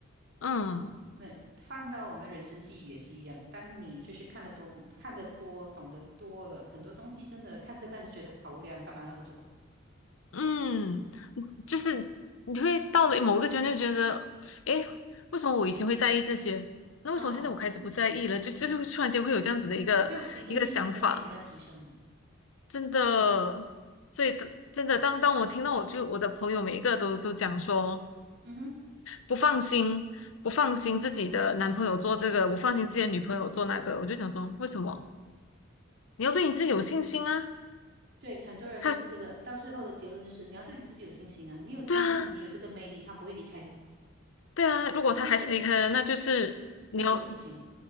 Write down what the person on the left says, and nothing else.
嗯。
嗯，就是你会到了某一个阶段就觉得，诶，为什么我以前会在意这些？那为什么现在我开始不在意了？
就就是会突然间会有这样子的一个一个想法，
真的。所以真的，当当我听到我就我的朋友每一个都都讲说
不放心，不放心自己的男朋友做这个，不放心自己的女朋友做那个，我就想说，为什么？你要对你自己有信心啊！
他
对啊，
对啊，如果他还是离开了，
那就是你要。